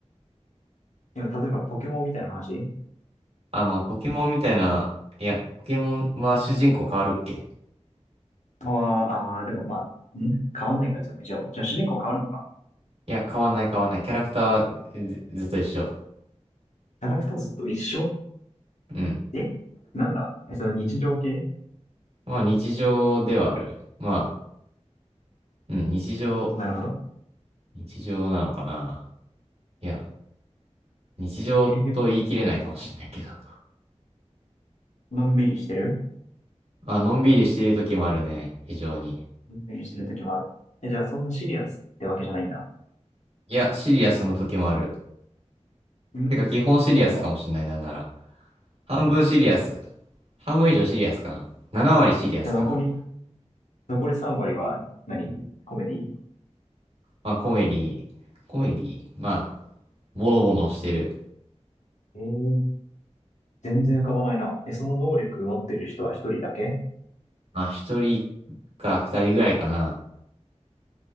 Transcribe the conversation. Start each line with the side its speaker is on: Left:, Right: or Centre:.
Left: 今、例えばポケモンみたいな話
Right: あ、まあポケモンみたいな、いや、ポケモンは主人公変わるっけ
Left: ああーあー、でもまあ、ん変わんないか、いつも以上。じゃじゃあ主人公変わるのか。
Right: いや、変わんない変わんない。キャラクターずずっと一緒。
Left: キャラクターずっと一緒
Right: うん。
Left: えなんだえ、その日常系
Right: まあ日常ではある。まあ、うん、日常、
Left: なるほど。
Right: 日常なのかな。いや、日常と言い切れないかもしれないけど。
Left: <laughs> へへのんびりしてる
Right: あ、のんびりしている時もあるね。非常に。
Left: のんびりしてる時もある。え、じゃあ、そんなシリアスってわけじゃないんだ。
Right: いや、シリアスの時もある。
Left: んなんだ
Right: てか、基本シリアスかもしれない、なんなら。半分シリアス。半分以上シリアスかな。7割シリアスかな。
Left: じゃあ、残り、残り3割は何コメディ
Right: まあ、コメディ、コメディ、まあ、ボロボロしてる。
Left: えー、全然浮かばないな。え、その能力持ってる人は一人だけ
Right: まあ、一人か二人ぐらいかな。